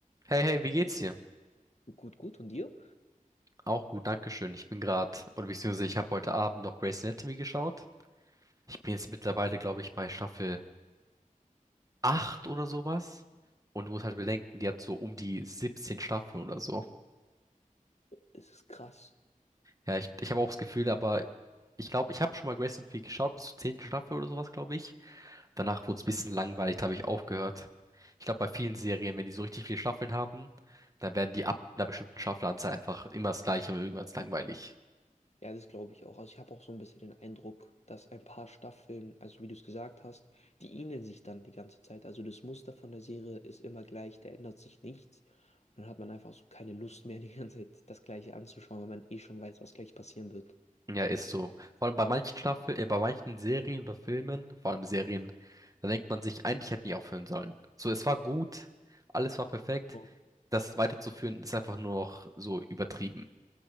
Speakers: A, on the right; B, on the left.
A: Hey, hey, wie geht's dir?
B: Gut, gut. Und dir?
A: Auch gut, dankeschön. Ich bin gerade, oder beziehungsweise ich habe heute Abend noch Grey's Anatomy geschaut. Ich bin jetzt mittlerweile, glaube ich, bei Staffel 8 oder sowas. Und du musst halt bedenken, die hat so um die 17 Staffeln oder so.
B: Das ist krass.
A: Ja, ich, ich habe auch das Gefühl, aber ich glaube, ich habe schon mal Grey's Anatomy geschaut, bis zur zehnten Staffel oder sowas, glaube ich. Danach wurde es ein bisschen langweilig, da habe ich aufgehört. Ich glaube, bei vielen Serien, wenn die so richtig viele Staffeln haben, dann werden die ab einer bestimmten Staffelanzahl einfach immer das Gleiche und irgendwann ist langweilig.
B: Ja, das glaube ich auch. Also ich habe auch so ein bisschen den Eindruck, dass ein paar Staffeln, also wie du es gesagt hast, die ähneln sich dann die ganze Zeit. Also das Muster von der Serie ist immer gleich, da ändert sich nichts. Und dann hat man einfach so keine Lust mehr, <laughs> die ganze Zeit das Gleiche anzuschauen, weil man eh schon weiß, was gleich passieren wird.
A: Ja, ist so. Vor allem bei manchen Staffeln, äh, bei manchen Serien oder Filmen, vor allem Serien, da denkt man sich, eigentlich hätten die aufhören sollen. So, es war gut, alles war perfekt.
B: So.
A: Das weiterzuführen ist einfach nur noch so übertrieben.